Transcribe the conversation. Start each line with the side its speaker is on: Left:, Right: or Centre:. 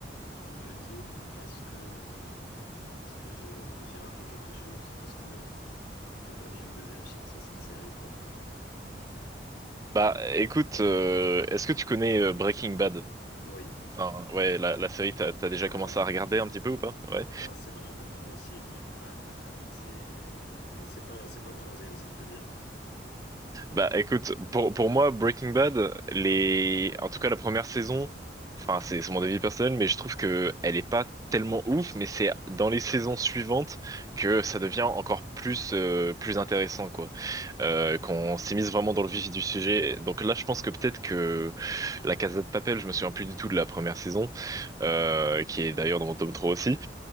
Left: je me dis, est-ce que, est-ce que je, j'ai raté quelque chose? Est-ce que il faut donner une deuxième chance à cette série ou pas? <laughs>
Right: Bah écoute, euh, est-ce que tu connais euh, Breaking Bad?
Left: Oui,
Right: Enfin, ouais, la, la série, t'as t'as déjà
Left: Ah
Right: commencé
Left: ouais, ouais.
Right: à regarder un petit peu ou pas? Ouais.
Left: Bah, c'est dans mon top 3 aussi, Breaking Bad. euh, c'est, et c'est pas, c'est pas le troisième, c'est le deuxième.
Right: Bah écoute, pour, pour moi, Breaking Bad, les... en tout cas la première saison, enfin c'est c'est mon avis personnel, mais je trouve que elle est pas tellement ouf, mais c'est dans les saisons suivantes que ça devient encore plus, euh, plus intéressant, quoi. Euh, qu'on s'immisce vraiment dans le vif du sujet. Donc là, je pense que peut-être que La Casa de Papel, je me souviens plus du tout de la première saison, euh, qui est d'ailleurs dans mon tome 3 aussi.